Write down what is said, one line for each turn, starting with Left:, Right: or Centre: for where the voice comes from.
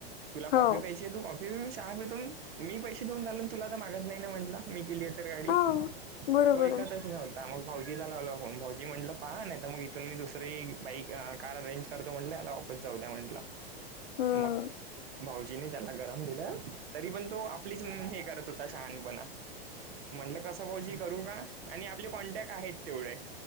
Right: तुला कॉफी
Left: हो
Right: पाहिजे. त कॉफी सहा तून मी पैसे देऊन राालून तुला तर मागत नाही म्हटलं मी केली. तर गाडी
Left: हो बरोबर
Right: तो ऐकतच
Left: आहे
Right: नव्हत. तर मग भाऊजीला लावला फोन भाऊजी म्हटलं पहा नाही तर मग इथून मी दुसरी बाईक कार अरेंज करतो म्हटले याला जाऊ द्या म्हंटला
Left: हम्म
Right: मग भाऊजीने त्याला गरम दिलं तरी पण तो आपलीच हे करत होता शहानपणा म्हंटलं कस भाऊजी करू का आणि आपले कॉन्टॅक्ट आहेत तेवढे